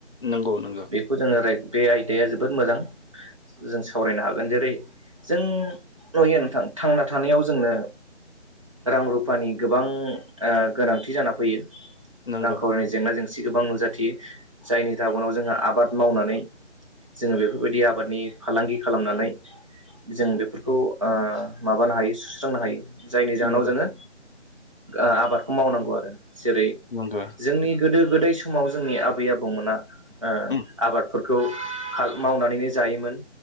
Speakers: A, on the left; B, on the right.
A: नंगौ नों
B: बेखौ जोङो बे आयदाया जोबोद मोजां जों सावरायनो हागोन जेरै जों नुयो नोंथां थांना थानायाव जोंनो रां रुफानि गोबां ओ गोनांथि जाना फैयो
A: नंगौ
B: रांखावरिनि जेंना जेंसि गोबां नुजाथियो जायनि जाउनाव जोंहा आबाद मावनानै जोङो बेफोरबायदि आबादनि फालांगि खालामनानै जों बेफोरखौ ओ माबानो हायो सुस्रांनो हायो जायनि जाहोनाव
A: नंगौ
B: जोङो आबादखौ मावनांगौ आरो जेरै
A: नंगौ
B: जोंनि गोदो गोदाइ समाव जोंनि आबै आबौमोना ओ
A: उम
B: आबादफोरखौ खौ मावनानैनो जायोमोन